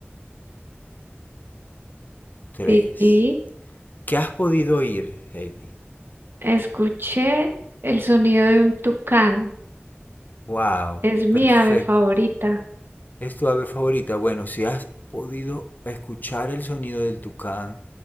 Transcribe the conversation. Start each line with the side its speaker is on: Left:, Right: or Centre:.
Left: tres.
Right: Sí,
Left: ¿Qué has podido oír, Heidi?
Right: escuché el sonido de un tucán.
Left: ¡Wow!
Right: Es mi
Left: Perfecto.
Right: ave favorita.
Left: es tu ave favorita? Bueno, si has podido escuchar el sonido del tucán